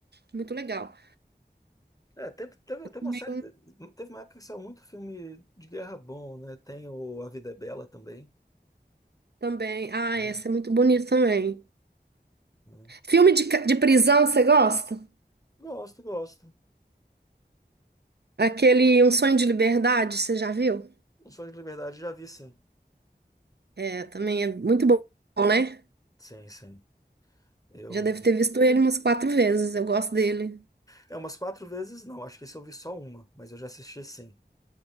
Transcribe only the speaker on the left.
É, teve, teve, teve
uma série. de- Teve uma época que saiu muito filme de guerra bom, né? Tem o A Vida é Bela também.
Hum.
né?
Gosto, gosto.
Um Sonho de Liberdade já vi, sim.
Sim, sim. Eu.
É umas quatro vezes, não. Acho que esse eu vi só uma, mas eu já assisti sim.